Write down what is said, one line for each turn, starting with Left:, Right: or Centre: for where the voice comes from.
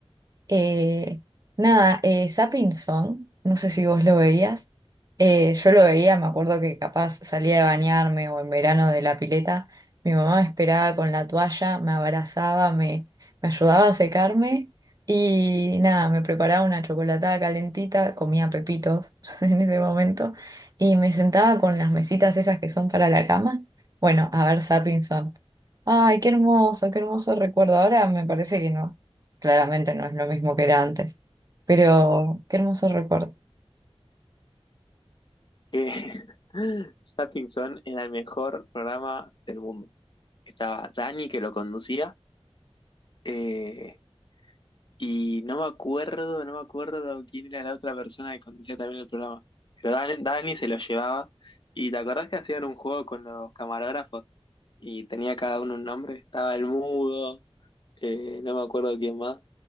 Right: Eh, nada, eh, Zapping Song, no sé si vos lo veías. Eh, yo lo veía, me acuerdo que capaz salía de bañarme o en verano de la pileta. Mi mamá me esperaba con la toalla, me abrazaba, me, me ayudaba a secarme y nada, me preparaba una chocolatada calentita, comía pepitos <laughs> en ese momento y me sentaba con las mesitas esas que son para la cama. Bueno, a ver Zapping Song. Ay, qué hermoso, qué hermoso recuerdo. Ahora me parece que no. Claramente no es lo mismo que era antes. Pero qué hermoso recuerdo.
Left: Que <laughs> Zapping Zone era el mejor programa del mundo. Estaba Dani que lo conducía. Eh, Y no me acuerdo, no me acuerdo quién era la otra persona que conducía también el programa. Pero Dan- Dani, se lo llevaba. ¿Y te acordás que hacían un juego con los camarógrafos? Y tenía cada uno un nombre. Estaba el mudo, eh, no me acuerdo quién más.